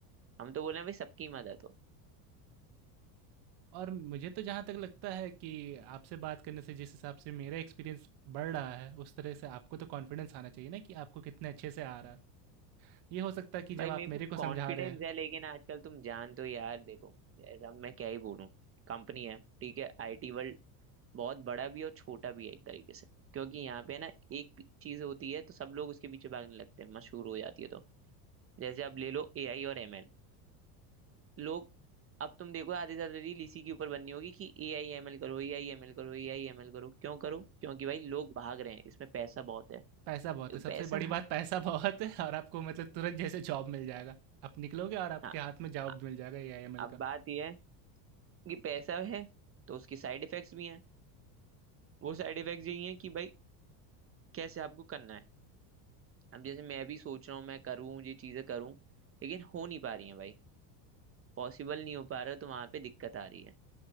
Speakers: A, on the right; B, on the right.
A: हम तो बोल रहे हैं भाई सबकी मदद हो
B: और मुझे तो जहाँ तक लगता है कि आपसे बात करने से जिस हिसाब से मेरा एक्सपीरियंस बढ़ रहा है उस तरह से आपको तो कॉन्फिडेंस आना चाहिए ना कि आपको कितने अच्छे से आ रहा है ये हो सकता है कि
A: भाई
B: जब
A: मेरे
B: आप
A: को
B: मेरे को
A: कॉन्फिडेंस
B: समझा रहे हैं
A: है लेकिन आजकल तुम जान तो यार देखो यार अब मैं क्या ही बोलूं कंपनी है ठीक है आईटी वर्ल्ड बहुत बड़ा भी है और छोटा भी है एक तरीके से क्योंकि यहाँ पे ना एक चीज होती है तो सब लोग उसके पीछे भागने लगते हैं मशहूर हो जाती है तो जैसे अब ले लो एआई और एमएल लोग अब तुम देखो आधे से ज्यादा रील इसी के ऊपर बननी होगी कि ए आई एम एल करो ए आई एम एल करो ए आई एम एल करो क्यों करो क्योंकि भाई लोग भाग रहे हैं इसमें पैसा बहुत है
B: पैसा बहुत
A: तो
B: है सबसे
A: पैसा
B: बड़ी बात पैसा <laughs> बहुत है और आपको मतलब तुरंत जैसे जॉब मिल जाएगा आप निकलोगे और आपके
A: हाँ
B: हाथ में जॉब
A: अ-
B: मिल जाएगा ए आई एम एल
A: अब बात यह है कि पैसा है तो उसकी साइड इफेक्ट्स भी हैं वो साइड इफेक्ट्स यही हैं कि भाई कैसे आपको करना है अब जैसे मैं भी सोच रहा हूँ मैं करूँ ये चीजें करूँ लेकिन हो नहीं पा रही है भाई पॉसिबल नहीं हो पा रहा तो वहां पे दिक्कत आ रही है